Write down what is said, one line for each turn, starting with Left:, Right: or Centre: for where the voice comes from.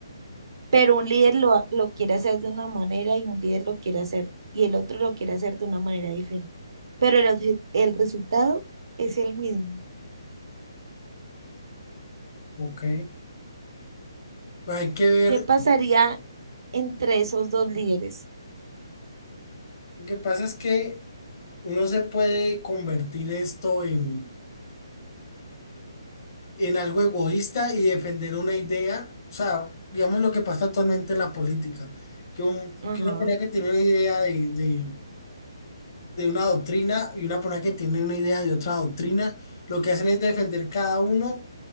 Right: pero un líder lo, lo quiere hacer de una manera y un líder lo quiere hacer y el otro lo quiere hacer de una manera diferente. Pero el, obje- el resultado es el mismo.
Left: Ok. Hay que ver,
Right: ¿Qué pasaría entre esos dos líderes?
Left: lo que pasa es que uno se puede convertir esto en, en algo egoísta y defender una idea, o sea, digamos lo que pasa actualmente en la política, que, un,
Right: Ajá,
Left: que una pelea que tiene una idea de de una doctrina y una persona que tiene una idea de otra doctrina, lo que hacen es defender cada uno